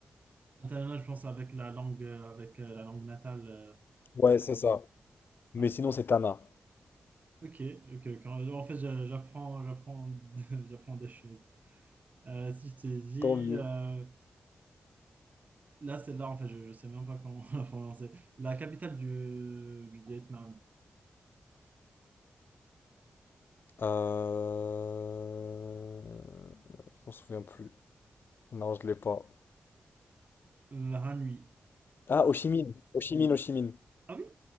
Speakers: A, on the right; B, on the left.
A: Internet, je pense avec la langue, euh, avec euh, la langue natale. euh,
B: Ouais, c'est ça. Mais
A: ah,
B: sinon
A: ok.
B: c'est Tana.
A: Ok, ok, quand, en fait, j'a- j'apprends, j'apprends, <laughs> j'apprends des choses. Euh, si je t'ai dit,
B: Tant mieux.
A: euh, là, c'est là, en fait, je, je sais même pas comment <laughs> la prononcer. La capitale du, du Vietnam,
B: Euh... Je m'en souviens plus. Non, je l'ai pas.
A: euh, Hanoi.
B: Ah, Ho Chi Minh. Ho Chi Minh, Ho Chi Minh.
A: Ah oui?